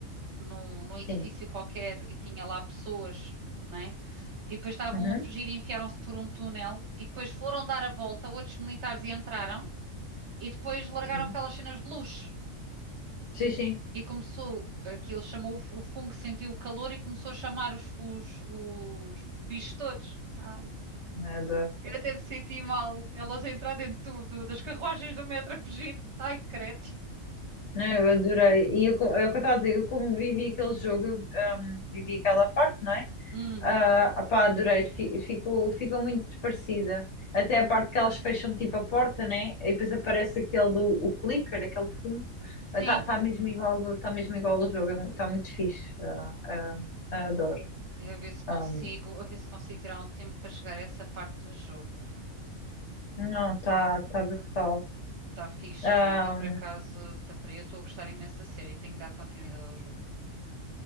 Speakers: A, on the right; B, on the left.
A: num, num edifício
B: Sim.
A: qualquer e tinha lá pessoas, né? E depois estavam
B: Uhum.
A: a fugir e enfiaram-se por um túnel e depois foram dar a volta, outros militares e entraram e depois largaram
B: Sim.
A: aquelas cenas de luz
B: Sim, sim.
A: e começou. Aquilo chamou o fu- o fungo, sentiu o calor e começou a chamar os, os, os bichos todos. Ai.
B: Eu adoro.
A: Eu até me senti mal. Elas a entrar dentro do, do- das carruagens do metro a fugir. Ai, credo.
B: Não, eu adorei. E eu, co- é o que eu estava a dizer, eu como vivi aquele jogo, eu, hum, vivi aquela parte, não é?
A: Uhum.
B: Ah, pá, adorei, Fi- fico, ficou muito parecida. Até a parte que elas fecham tipo a porta, né? E depois aparece aquele o, o clicker, aquele fumo.
A: Sim,
B: Está tá tá mesmo igual, tá mesmo igual ao jogo, está muito fixe. Ah, ah, ah, adoro.
A: a ver se
B: Ah,
A: consigo, a ver se consigo tirar um tempo para chegar a essa parte do jogo.
B: não, está tá tá brutal.
A: Está fixe,
B: Ah,
A: né? E por acaso, tá para aí, eu estou a gostar imenso da série, tenho de dar continuidade ao jogo.